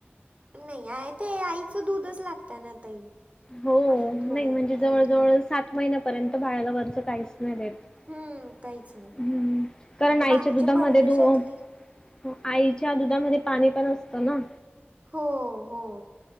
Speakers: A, on the right; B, on the left.
A: नाही आहे ते. आईचं दूधच लागत ना ताई.
B: हो.
A: अजून
B: नाही
A: थोडे
B: म्हणजे
A: मो
B: जवळ
A: महिने
B: जवळ सात महिन्यापर्यंत बाळाला वरच काहीच नाही देत.
A: हम्म
B: <inaudible>
A: काहीच नाही
B: हम्म. कारण
A: ते
B: आईच्या
A: बाकीचे
B: दुधामध्ये
A: परदेशातले
B: दो हो. आईच्या दुधामध्ये पाणी पण असतं ना.
A: हो हो.